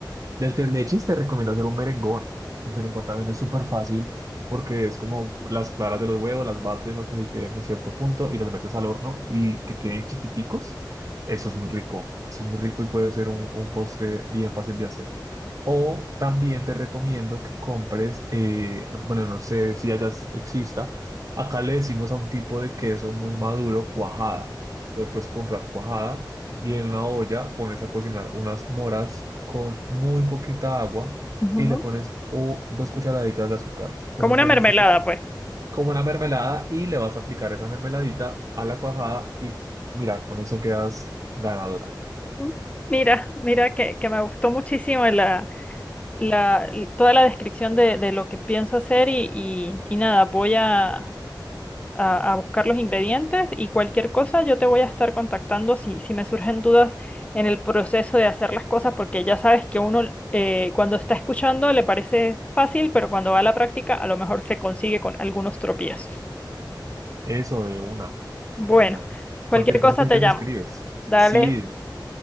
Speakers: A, on the right; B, on the left.
A: Del tres leches te recomiendo hacer un merengón. El merengón también es súper fácil porque es como las claras de los huevos, las bates hasta que queden en cierto punto y las metes al horno y que queden chiquiticos. Eso es muy rico. Eso es muy rico y puede ser un, un postre bien fácil de hacer. O también te recomiendo que compres, eh, no- bueno, no sé si allá exista, acá le decimos a un tipo de queso muy maduro, cuajada. Entonces puedes comprar cuajada y en la olla pones a cocinar unas moras con muy poquita agua
B: Ujú.
A: y le pones o dos cucharaditas de azúcar. Entonces
B: Como una
A: dejas
B: mermelada,
A: eso
B: pues.
A: como una mermelada y le vas a aplicar esa mermeladita a la cuajada y mira, con eso quedas ganadora.
B: Mm, Mira, mira que, que me gustó muchísimo la, la, toda la descripción de, de lo que pienso hacer y, y, y nada, voy a, a, a buscar los ingredientes y cualquier cosa yo te voy a estar contactando si, si me surgen dudas en el proceso de hacer las cosas, porque ya sabes que uno eh, cuando está escuchando le parece fácil, pero cuando va a la práctica a lo mejor se consigue con algunos tropiezos.
A: Eso de una,
B: Bueno,
A: de una.
B: cualquier
A: Cualquier
B: cosa
A: cosa que necesites
B: te llamo.
A: me escribes.
B: Dale,
A: Sí,